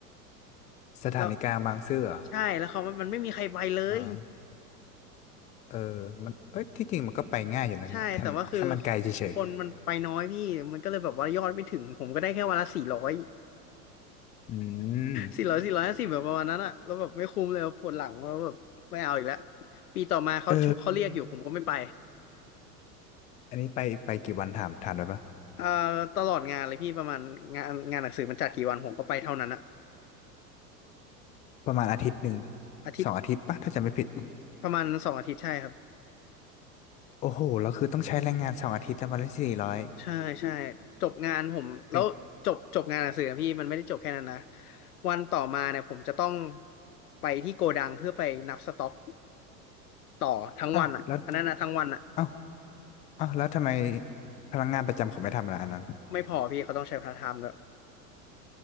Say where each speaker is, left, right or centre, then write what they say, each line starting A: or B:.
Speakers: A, on the left; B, on the left.
A: สถานีกลางบางซื่อเหรอ
B: แล้วใช่แล้วเขามันมันไม่มีใครไปเลย
A: อ่า เออมันเอ้ยที่จริงมันก็ไปง่ายอยู่นะแค่แค่มันไกลเฉย
B: ใช่แต่ว่าคือคนมันไปน้อยพี่มันก็เลยแบบว่ายอดไม่ถึงผมก็ได้แค่วันละสี่ร้อย
A: ๆอืม
B: สี่ร้อยสี่ร้อยห้าสิบแบบประมาณนั้นอะแล้วแบบไม่คุ้มเลยปวดหลังแล้วแบบไม่เอาอีกแล้วปีต่อมาเขาเขาเรียกอยู่ผมก็ไม่ไป
A: เอออันนี้ไปไปกี่วันถาม ถามได้ปะ
B: เอ่อตลอดงานเลยพี่ประมาณงานงานหนังสือมันจัดกี่วันผมก็ไปเท่านั้นอะ
A: ประมาณอาทิตย์หนึ่ง
B: อาทิตย์
A: สองอาทิตย์ปะถ้าจำไม่ผิด
B: ประมาณสองอาทิตย์ใช่ครับ
A: โอ้โหแล้วคือต้องใช้แรงงานสองอาทิตย์แล้ววันละสี่ร้อย
B: ใช่ใช่จบงานผมแล้วจบจบงานหนังสือนะพี่มันไม่ได้จบแค่นั้นนะ
A: เป็น
B: วันต่อมาเนี่ยผมจะต้องไปที่โกดังเพื่อไปนับสต็อกต่อทั้งวันอ่ะอันนั้นนะทั้งวันอ่ะ
A: อ้าวแล้วอ้าวอ้าวแล้วทำไมพนักงานประจำเขาไม่ทำอะไรอันนั้น
B: ไม่พอพี่เขาต้องใช้พาร์ทไทม์ด้วย